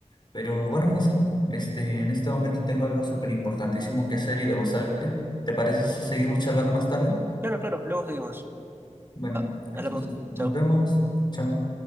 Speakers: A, on the left (about 35°); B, on the right (about 20°).
A: Pero bueno, José, este, en este momento tengo algo súper importantísimo que hacer y debo salir. ¿Te parece si seguimos charlando más tarde?
B: Claro, claro, luego seguimos.
A: Bueno,
B: Va,
A: entonces
B: hablamos.
A: nos
B: Chao.
A: vemos. Chao.